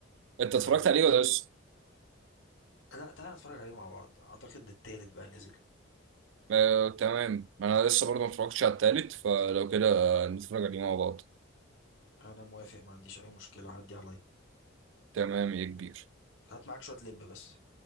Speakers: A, on the right; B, on the left.
A: انت اتفرجت
B: ف
A: عليه ولا لسه
B: لا تعالى نتفرج عليه مع بعض اعتقد التالت بقى نزل
A: آه تمام انا لسه برضه ما اتفرجتش على التالت فلو كده آه، نتفرج عليه مع بعض
B: انا موافق ما عنديش اي مشكله عدي عليا
A: تمام يا كبير
B: هات معاك شويه لب بس